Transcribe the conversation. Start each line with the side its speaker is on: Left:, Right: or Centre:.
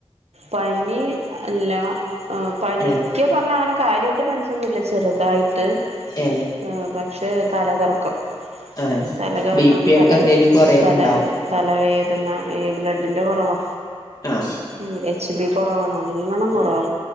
Right: പനി അല്ല ആഹ് പനിക്ക്
Left: ഏഹ്
Right: പറഞ്ഞ അങ്ങനെ കാര്യായിട്ട് പനിച്ചൊന്നില്ല ചെറുതായി ട്ട്
Left: ഏഹ്
Right: ആ ബ പക്ഷേ തലകറക്കം
Left: ആഹ്
Right: തല കറക്കം
Left: ബി പി
Right: തല
Left: ഒക്കെ എന്തേലും കൊറയുന്നുണ്ടാവും
Right: തല തലവേദന ബ്ലഡ് അതിന്റെ കൊറവാ
Left: ആഹ്
Right: മ്മ് എച്ച് ബി കൊറവാ നല്ലോണ്ണം കൊറവാ
Left: ആഹ്